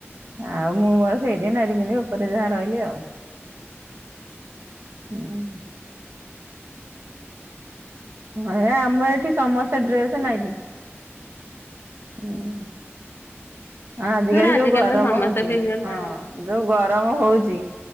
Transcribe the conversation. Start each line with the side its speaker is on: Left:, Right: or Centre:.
Right: ଆଉ ମୁଁ ମୋର ସେଇଠି ନାଇଟି ପିନ୍ଧିକି ଉପରେ ଯାହା ରହିଲି ଆଉ। ହୁଁ। ହେ ଆମ ଏଠି ସମସ୍ତେ ଡ୍ରେସ୍, ନାଇଟି। ଉଁ, ଆଜିକାଲି
Left: ଧର
Right: ଯୋଉ ଗରମ
Left: ତ ସମସ୍ତେ
Right: ହଉଚି,
Left: ପିନ୍ଧୁଛନ୍ତି
Right: ହଁ
Left: ଆଉ।
Right: ଯୋଉ ଗରମ ହଉଚି।